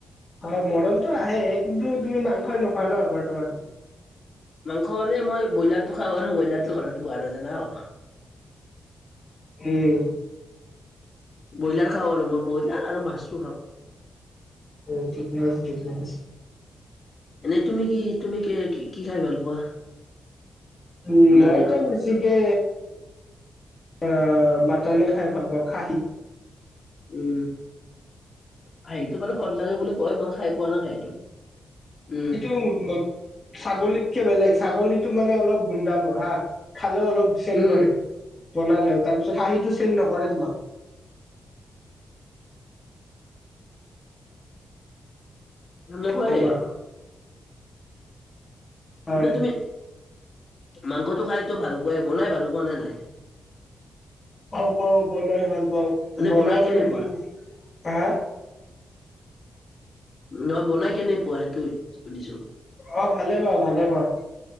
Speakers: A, on the left; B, on the left.
A: হয়, মৰমটো আহে। কিন্তু তুমি মাংসই নোখোৱা ন বৰ্তমান?
B: মাংস মানে মই ব্ৰইলাৰটো খাওঁ আৰু, ব্ৰইলাৰটো ঘৰতটো পোহা নাযায় ন।
A: এই
B: ব্ৰইলাৰ খাও আৰু মই, ব্ৰইলাৰ আৰু মাছটো খাও।
A: অ ঠিক আছে ঠিকে আছে।
B: এনেই তুমি কি, তুমি কি, কি খাই ভাল পোৱা?
A: উম
B: ঠাণ্ডাৰ
A: মইতো
B: দিনত
A: বি গতিকে আ মাটনে খাই ভাল পাও খাহী
B: উম খাহিটো বাৰু সোৱাদ লাগে বুলি কয় মই খাই পোৱা নাই খাহিটো উম
A: উ মা ছাগলীতকে বেলেগ ছাগলীতো মানে অলপ গোন্ধাব হা খালেও অলপ চেণ্ড
B: উম
A: কৰে বনালেও তাৰপিছত খাহিটো চেণ্ড নকৰে তোমাক
B: তেনেকোৱাই
A: তেনেকুৱা হয়।
B: এতিয়া তুমি মাংসটো খাইতো ভাল পোৱা বনাই ভাল পোৱা নে নাই
A: পাও পাও বনাই ভাল পাও
B: মানে
A: বনাও
B: বনাই কেনেকুৱা?
A: মানে হা
B: নহয়, বনাই কেনে পোৱা সেইটো সুধিছো
A: অ', ভালে পাও ভালে পাও